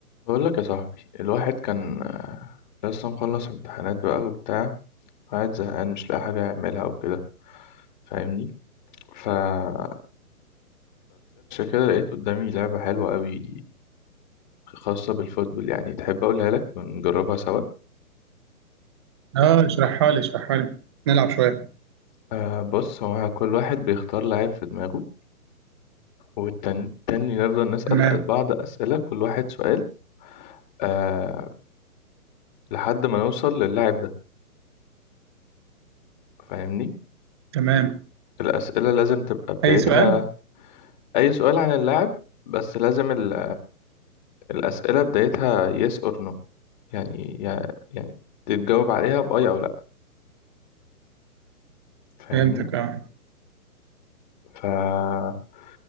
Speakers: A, on the left; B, on the right.
A: بقول لك يا صاحبي الواحد كان آه، لسه مخلص امتحانات بقى وبتاع قاعد زهقان مش لاقي حاجة يعملها وكده فاهمني فبتسيرش كده لقيت قدامي لعبة حلوة قوي خاصة بالفوتبول يعني تحب أقولها لك ونجربها سوا
B: اه اشرحها لي اشرحها لي نلعب شوية
A: آه بص هو كل واحد بيختار لاعب في دماغه والتاني التاني نفضل نسأل
B: تمام
A: بعض أسئلة كل واحد سؤال آه لحد ما نوصل للاعب ده فاهمني
B: تمام
A: الأسئلة لازم تبقى بدايتها
B: أي سؤال؟
A: أي سؤال عن اللاعب بس لازم ال الأسئلة بدايتها yes or no يعني يع- يعني تتجاوب عليها بأي أو لأ فاهمني
B: فهمتك اه
A: فاللعبة